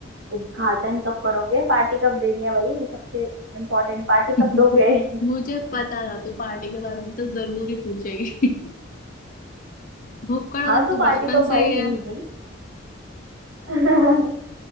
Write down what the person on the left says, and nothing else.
<laughs>
मुझे पता था तू पार्टी के बारे में तो जरूर ही पूछेगी <laughs> भुक्कड़
तो
तू
बचपन
से ही है